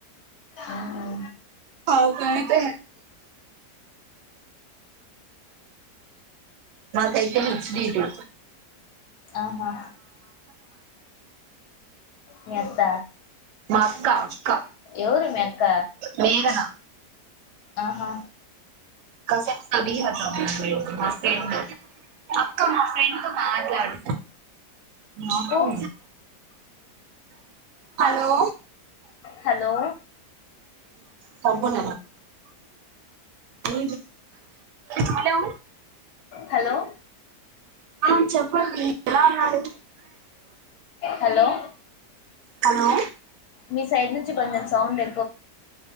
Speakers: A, on the left (about 70°); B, on the right (about 80°).
A: అవును
B: హల్ కి అయితే నాకైతే వచ్చుడీటు
A: ఆ మా మీ అత్త
B: మా అక్క అక్క
A: ఎవరు మీ అక్క
B: మేఘన
A: ఆహా
B: కన్స్బహ మా ఫ్రెండ్ అక్క మా ఫ్రెండ్ మాట్లాడు నా పో
A: ఓ
B: హలో
A: హలో
B: సబన ఏ హలో
A: హలో
B: ఆ చెప్పం ఎలా ఉన్నాడు
A: హలో
B: హలో
A: మీ సైడ్ నుంచి కొంచెం సౌండ్ ఎ